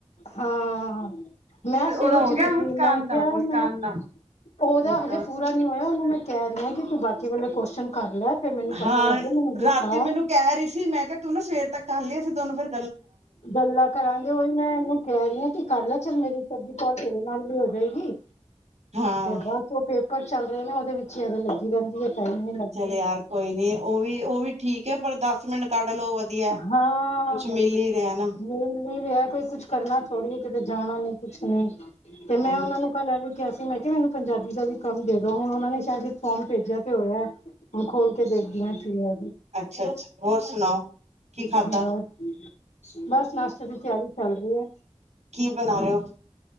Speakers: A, on the left (about 80°); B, on the right (about 80°).
A: ਹਾਂ ਮੈਂ
B: ਉਹਦਾ
A: ਸੋਚ
B: ਹੋ ਗਿਆ
A: ਰਹੀ
B: ਮੁਸਕਾਨ
A: ਸੀ। ਮੈਂ
B: ਦਾ
A: ਕਿਹਾ
B: ਮੁਸਕਾਨ
A: ਮੈਂ
B: ਦਾ
A: ਉਹਦਾ
B: ਮੁਸਕਾਨ
A: ਹਜੇ ਪੂਰਾ ਨੀ ਹੋਇਆ। ਉਹਨੂੰ ਮੈਂ ਕਹਿ ਰਹੀ ਆ ਕਿ ਤੂੰ ਬਾਕੀ ਵਾਲੋਂ ਕੁਸ਼ਚਨ ਕਰ ਲੈ। ਫੇਰ ਮੈਨੂੰ
B: ਹਾਂ
A: ਪਤਾ ਲੱਗੇ ਮੈਨੂੰ ਦਿਖਾ
B: ਰਾਤੀ ਮੈਨੂੰ ਕਹਿ ਰਹੀ ਸੀ। ਮੈਂ ਕਿਹਾ ਤੂੰ ਨਾ ਸਵੇਰ ਤੱਕ ਕਰ ਲੀ। ਅਸੀ ਦੋਨੋ ਫਿਰ
A: ਗੱਲਾ ਕਰਾਂਗੇ, ਉਹੀ ਮੈਂ ਇਹਨੂੰ ਕਹਿ ਰਹੀ ਐ ਕਿ ਕਰਲਾ ਕਿ ਚੱਲ <unintelligible> ਤੇਰੇ ਨਾਲ ਵੀ ਹੋਗੀ। ਦੇਗੀ।
B: ਹਾਂ।
A: ਬਸ ਉਹ ਪੇਪਰ ਚੱਲ ਰਹੇ ਨੇ ਉਹਦੇ ਵਿੱਚ ਹੀ ਐਵੇਂ ਲੱਗੀ ਰਹਿੰਦੀ ਐ। ਟਾਈਮ ਨੀ। ਲੱਗ
B: ਚੱਲ
A: ਰਿਹਾ
B: ਯਾਰ ਕੋਈ ਨੀ ਉਹ ਵੀ ਉਹ ਵੀ ਠੀਕ ਐ। ਪਰ ਦਸ ਮਿੰਟ ਕੱਢ ਲਓ ਵਧੀਆ।
A: ਹਾਂ
B: ਕੁਛ ਮਿਲ ਹੀ ਰਿਹਾ ਨਾ।
A: ਮਿਲ ਨ ਰਿਹਾ ਕੋਈ ਕੁਛ ਕਰਨਾ ਥੋੜੀ ਏ ਕਿਤੇ ਜਾਣਾ ਨੀ ਕੁਛ ਨੀ। ਤੇ ਮੈਂ
B: ਹਾਂਜੀ।
A: ਉਹਨਾ ਨੂੰ ਕੱਲ ਐਵੀ ਕਿਹਾ ਸੀਂ ਮੈਂ ਕਿਹਾ ਮੈਨੂੰ ਪੰਜਾਬੀ ਦਾ ਵੀ ਕੰਮ ਦੇ ਦੋ। ਹੁਣ ਉਹਨਾਂ ਨੇ ਸ਼ਾਇਦ ਫੋਨ ਭੇਜਿਆ ਤੇ ਹੋਇਆ ਹੁਣ ਖੋਲ ਕੇ ਦੇਖਦੀਆਂ ਆ ਕੀ ਆ।
B: ਅੱਛਾ-ਅੱਛਾ, ਹੋਰ ਸੁਣਾਓ ਕੀ ਖਾਧਾ?
A: ਬਸ ਬਸ ਨਾਸ਼ਤੇ ਦੀ ਤਿਆਰੀ ਚੱਲ ਰਹੀ ਐ।
B: ਕੀ ਬਣਾ ਰਹੇ ਓ?